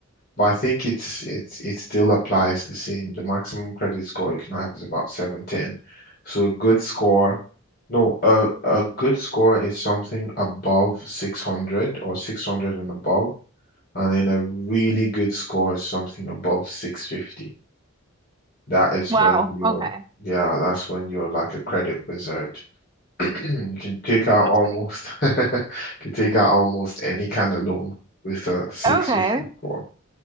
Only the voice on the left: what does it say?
but I think it's it's it still applies the same. The maximum credit score you can have is about 710. So a good score, no, a a good score is something above 600 or 600 and above, and then a really good score is something above 650. That is
when you're,
yeah, that's when you're like a credit wizard. <clears throat> You can take
out almost,
<laughs> you can take out almost any kind of loan with a 650
score.